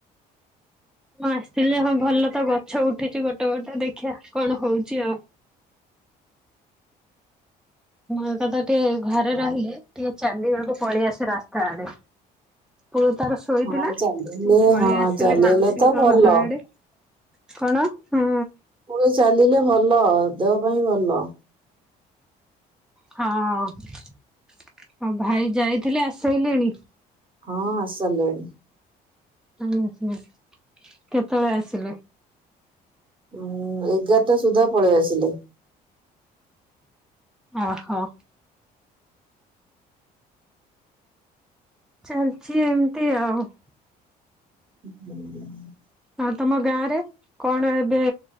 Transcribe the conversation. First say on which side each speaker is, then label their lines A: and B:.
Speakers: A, in the centre; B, on the right.
A: ମୁଁ ଆସିଥିଲି ହଁ ଭଲ ତ ଗଛ ଉଠିଛି ଗୋଟେ ଗୋଟେ ଦେଖିବା କଣ ହଉଛି ଆଉ? ହଁ ଏକ ତ ଟିକେ ଘରେ ରହିଲେ ଟିକେ ଚାଲିବାକୁ ପଳେଇ ଆସ ରାସ୍ତା ଆଡେ। ପୁଅ ତାର ଶୋଇଥିଲା
B: ହଁ
A: ମୁଁ
B: ଚାଲିଲେ
A: ପଳେଇ
B: ହଁ
A: ଆସିଲି
B: ଚାଲିଲେ
A: ମାଉସୀଙ୍କ
B: ତ ଭଲ
A: ଘର ଆଡେ। କଣ ହୁଁ?
B: ପୁଣି ଚାଲିଲେ ଭଲ ଦେହ ପାଇଁ ଭଲ।
A: ହଁ ହଁ ଭାଇ ଯାଇଥିଲେ ଆସାଇଲେଣି।
B: ହଁ ଆସାଇଲେଣି।
A: ଆ ଆଜ୍ଞା କେତୋବେଳେ ଆସିଲେ?
B: ଉଁ ଏଗାରଟା ସୁଦ୍ଧା ପଳେଇ ଆସିଲେ।
A: ହହୋ। ଚାଲଚି ଏମତି ଆଉ।
B: ୁ
A: ହଁ ତମ ଗାଁ ରେ କଣ ଏବେ